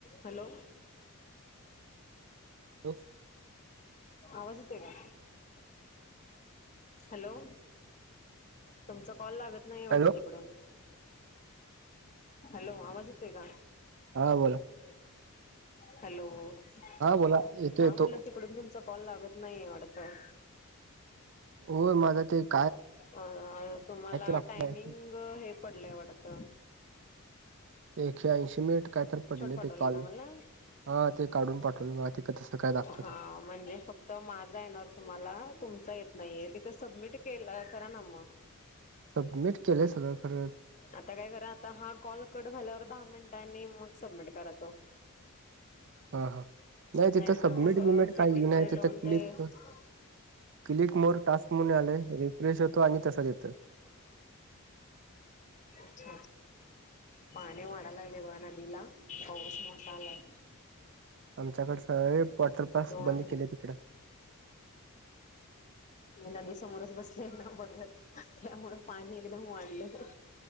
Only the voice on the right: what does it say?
Hello
hello
हा बोला
बोला येतो येतो
हो मझ ते एक
लागतय
एकशे ऐंशी मिनट काय तर पडले
ते काढून
हा ते काढून पाठवले ते तसं काय दाखवत
आहे
सबमिट केलंय सगळं खर
हा हा
नाही तिथं सबमिट
बिमिट
काही
नाही तिथं
क्लिक
क्लिक मोर टास्क म्हण आले रिफ्रेश होतो आणि तसा देत
आमच्याकड सगळे वॉटरपस
बंद केले तिकड